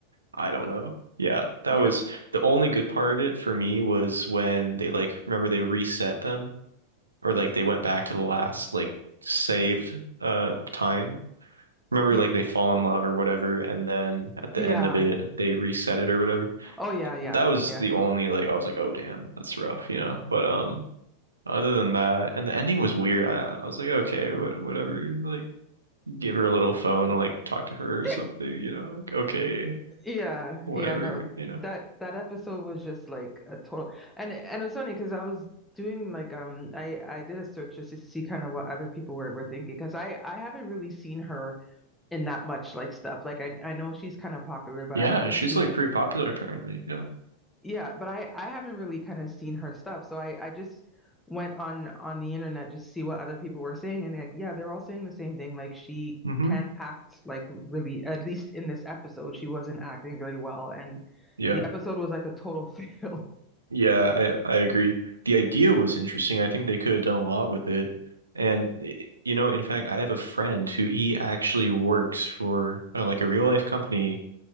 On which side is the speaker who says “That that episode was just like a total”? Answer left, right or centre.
Centre